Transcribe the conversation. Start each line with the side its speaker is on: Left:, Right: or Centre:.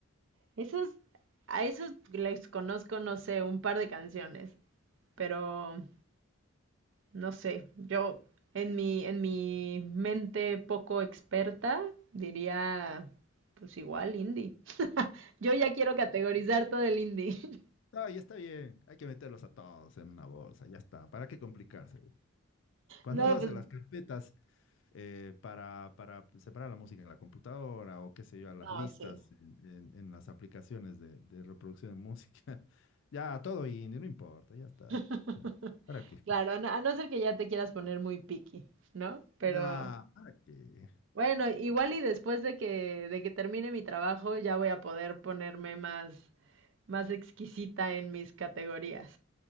Right: Esos, a esos les conozco, no sé, un par de canciones, pero... No sé, yo en mi, en mi mente poco experta diría, pues igual indie. Yo ya quiero categorizar todo el indie. <laughs>
Left: No, ya está bien. Hay que meterlos a todos en una bolsa. Ya está. ¿Para qué complicarse? Cuando
Right: No,
Left: uno hace
Right: pues
Left: las carpetas, eh, para, para separar la música en la computadora o qué sé yo, a las
Right: no,
Left: listas
Right: sí.
Left: en, en- en las aplicaciones de, de reproducción de música. <laughs> Ya, todo indie, no importa, ya está.
Right: <laughs>
Left: Ah, ¿Para qué?
Right: Claro, a no, a no ser que ya te quieras poner muy picky, ¿no? Pero
Left: Nah, ¿para qué?
Right: bueno, igual y después de que, de que termine mi trabajo ya voy a poder ponerme más, más exquisita en mis categorías.